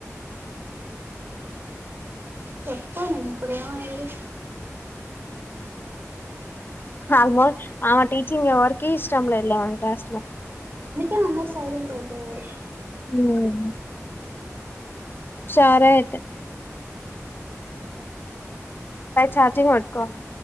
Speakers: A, on the right; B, on the left.
A: చెప్పా నేను ఇప్పుడేమైంది
B: ఆల్మోస్ట్ ఆమె టీచింగ్ ఎవరికి ఇష్టంలేదులే మన క్లాస్ లో
A: ఏం అందరు సైలెంట్ అయిపోయారు
B: హ్మ్ సరే ఐతే బై చార్జింగ్ పెట్టుకోవాలె